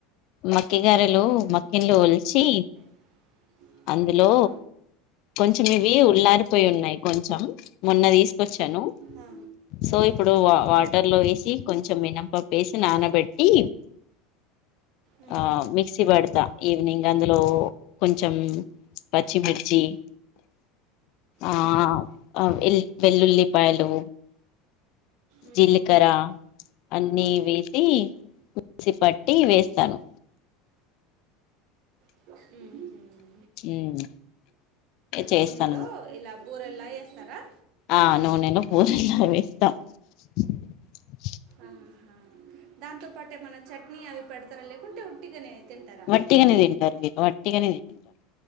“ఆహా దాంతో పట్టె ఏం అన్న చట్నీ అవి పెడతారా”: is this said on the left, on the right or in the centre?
Right